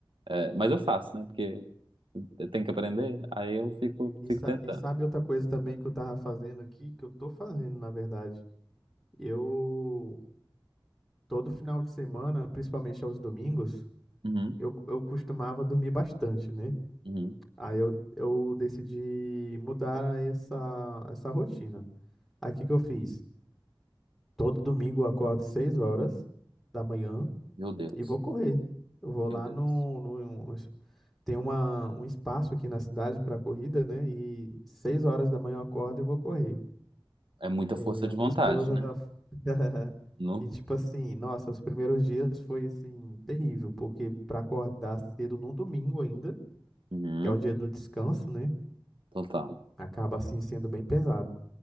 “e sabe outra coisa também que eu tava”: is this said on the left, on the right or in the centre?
Centre